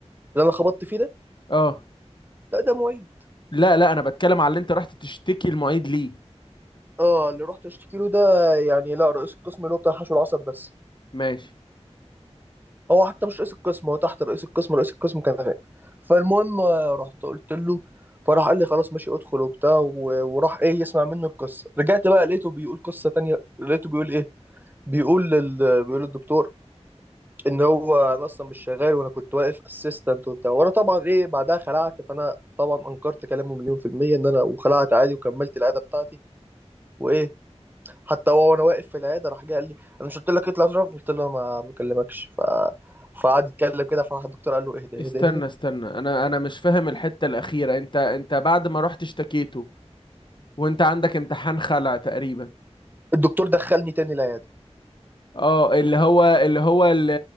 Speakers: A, on the right; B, on the left.
A: اللي انا خبطت فيه ده
B: اه
A: لا ده معيد
B: لا لا أنا بتكلم على اللي انت رحت تشتكي المعيد ليه
A: اه اللي رحت اشتكي له ده يعني لا رئيس القسم اللي هو بتاع حشو العصب بس
B: ماشي
A: هو حتى مش رئيس القسم هو تحت رئيس القسم رئيس القسم كان غايب فالمهم آه، رحت قلت له فراح قال لي خلاص ماشي ادخل وبتاع و- وراح ايه يسمع منه القصه رجعت بقى لقيته بيقول قصه تانية لقيته بيقول ايه بيقول لل... بيقول للدكتور ان هو انا اصلا مش شغال وانا كنت واقف اسيستنت وبتاع وانا طبعا ايه بعدها خلعت فانا طبعا انكرت كلامه مليون في المية ان انا وخلعت عادي وكملت العياده بتاعتي وايه حتى هو وانا واقف في العياده راح جه قال لي انا مش قلت لك اطلع اشرف قلت له ما بكلمكش ف فقعد يتكلم كده فراح الدكتور قال له اهدى
B: استنى
A: اهدى اهدى
B: استنى أنا أنا مش فاهم الحتة الأخيرة انت انت بعد ما رحت اشتكيته وانت عندك امتحان خلع تقريبا
A: الدكتور دخلني تاني العياده
B: اه اللي هو اللي هو اللي,